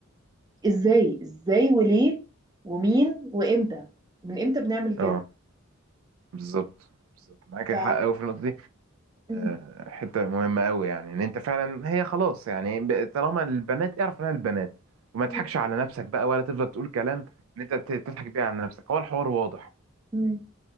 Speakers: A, on the right; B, on the right.
A: ازاي ازاي وليه ومين وامتى من امتى بنعمل كده
B: اه بالظبط بالظبط معاك
A: ف
B: حق قوي في النقطه دي
A: م-
B: آه، حته مهمه قوي يعني ان انت فعلا هي خلاص يعني ب- طالما البنات اعرف انها البنات وما تضحكش
A: م-
B: على نفسك بقى ولا تفضل تقول كلام ان انت ت- تضحك بيه على نفسك هو الحوار واضح
A: م.